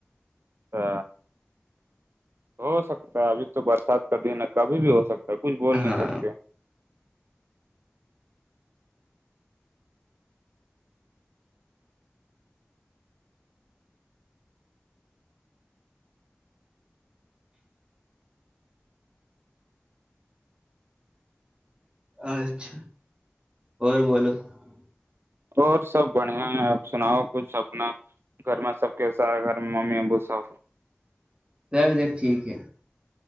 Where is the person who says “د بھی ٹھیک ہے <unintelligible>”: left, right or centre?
Right